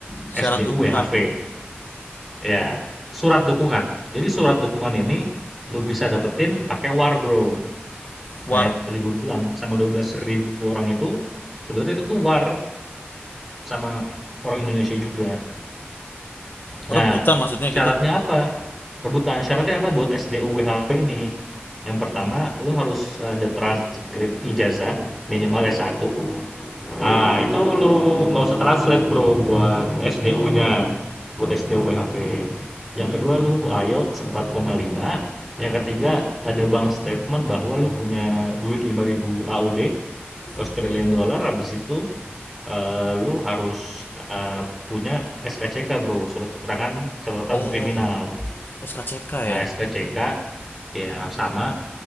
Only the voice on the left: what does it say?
Syarat
dukungan,
war,
rebutan maksudnya
gitu.
Oke,
Oke.
Oh,
SKCK
ya.